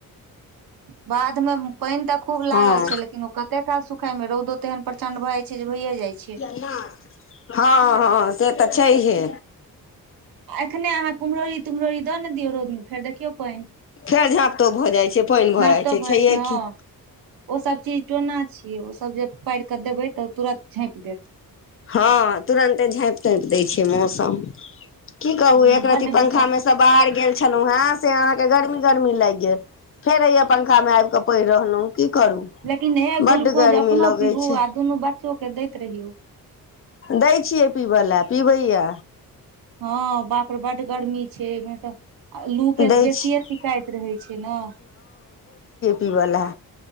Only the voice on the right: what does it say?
बाध मे पैन तऽ खूब लागल
छै लेकिन ओ कते काल सुखाय मे रौदो तेहन प्रचंड भ जाय छै छै जे भइये जाइ छै
आ एखने अहाँ कुमहरौरी तुमररी द ने दियौ रौद मे फेर देखियौ पैन
झाँप
त भइ
छै हँ
ओसभ चीज टोना छियै ओसभ जे पैर केऽ देबै तऽ तुरत झैप देत
हूँ,
बड्ड
बेकार
लेकिन हे
गुलकोज
अपनो
पीहू
आ दुनू बच्चो के दैत रहियौ
हँ बाप रे बड गर्मी छै एहिमे तऽ लू के
बेसिये
शिकाइत रहै छै ने